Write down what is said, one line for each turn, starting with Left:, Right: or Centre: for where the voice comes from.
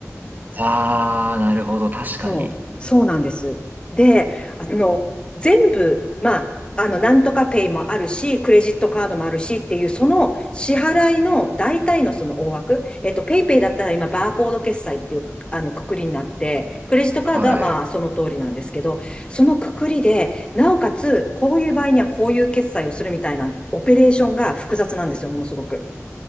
Right: ああ、なるほど。確かに。
Left: そう、そうなんです。で、あの、全部、まあ、あの、なんとかペイもあるし、クレジットカードもあるしっていう、その支払いの大体のその大枠、えっと、ペイペイだったら今、バーコード決済っていう、あの、くくりになって、クレジットカードはまあ、
Right: はい。
Left: その通りなんですけど、そのくくりで、なおかつ、こういう場合にはこういう決済をするみたいな、オペレーションが複雑なんですよ、ものすごく。